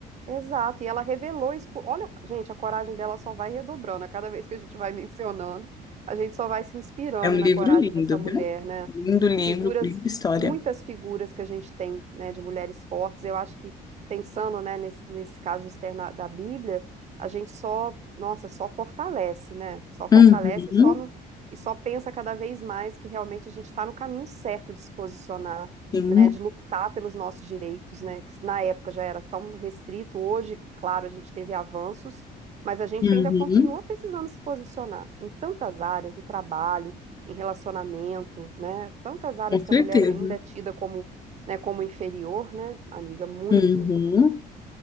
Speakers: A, on the right (about 40°); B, on the left (about 25°).
A: Exato. E ela revelou isso. pro- Olha, gente, a coragem dela só vai redobrando. A cada vez que a gente vai mencionando, a gente só vai se inspirando
B: É um livro
A: na coragem
B: lindo,
A: dessa mulher,
B: viu?
A: né?
B: Lindo livro,
A: Figuras,
B: livro de história.
A: muitas figuras que a gente tem, né, de mulheres fortes. Eu acho que, pensando, né, nesse, nesse caso externo da Bíblia, a gente só, nossa, só fortalece, né? Só fortalece
B: Uhum,
A: e só, não- e só pensa cada vez mais que realmente a gente está no caminho certo de se posicionar
B: sim,
A: né, de lutar pelos nossos direitos, né, que na época já era tão restrito, hoje, claro, a gente teve avanços, mas a gente
B: uhum,
A: ainda continua precisando se posicionar em tantas áreas, no trabalho, em relacionamento, né, tantas áreas
B: com
A: que
B: certeza.
A: a mulher ainda é tida como, né, como inferior, né, amiga, muito.
B: Uhum.